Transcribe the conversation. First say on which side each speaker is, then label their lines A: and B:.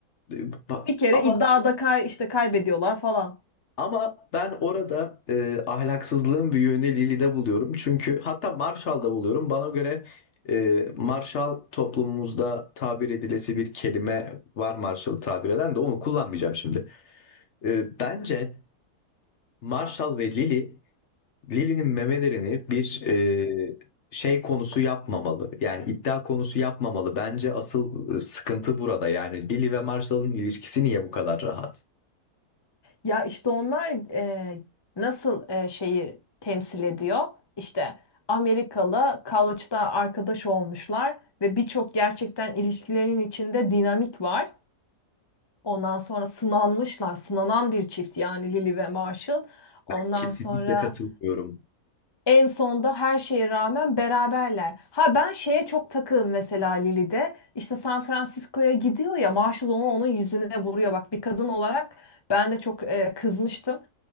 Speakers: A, on the left; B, on the left.
A: E, ba-
B: Bir kere
A: Ama
B: iddiada kay işte kaybediyorlar falan.
A: Ama ben orada e, ahlaksızlığın bir yönü Lili'de buluyorum. Çünkü hatta Marshall'da buluyorum. Bana göre e, Marshall toplumumuzda tabir edilesi bir kelime var Marshall'ı tabir eden de onu kullanmayacağım şimdi. E, bence Marshall ve Lili, Lili'nin memelerini bir e, şey konusu yapmamalı. Yani iddia konusu yapmamalı. Bence asıl e, sıkıntı burada. Yani Lili ve Marshall'ın ilişkisi niye bu kadar rahat?
B: Ya işte onlar e, nasıl e, şeyi temsil ediyor? İşte Amerikalı college'da arkadaş olmuşlar ve birçok gerçekten ilişkilerin içinde dinamik var. Ondan sonra sınanmışlar, sınanan bir çift yani Lily ve Marshall. Ondan
A: Ben kesinlikle
B: sonra
A: katılmıyorum.
B: en sonda her şeye rağmen beraberler. Ha ben şeye çok takığım mesela Lili'de. İşte San Francisco'ya gidiyor ya Marshall onu onun yüzüne vuruyor. Bak bir kadın olarak ben de çok e, kızmıştım.